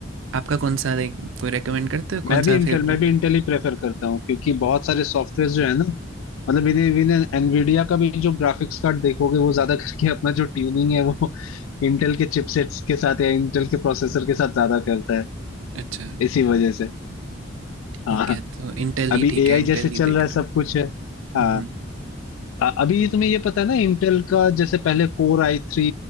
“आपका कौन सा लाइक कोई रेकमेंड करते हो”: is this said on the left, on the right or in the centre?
Right